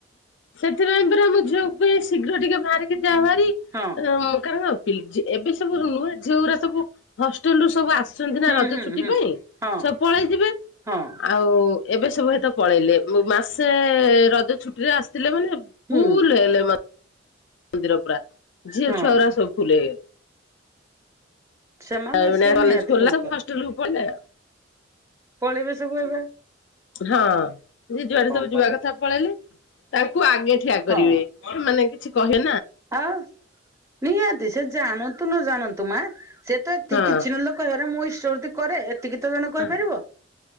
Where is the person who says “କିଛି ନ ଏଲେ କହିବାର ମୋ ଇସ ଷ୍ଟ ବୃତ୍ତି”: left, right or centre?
Right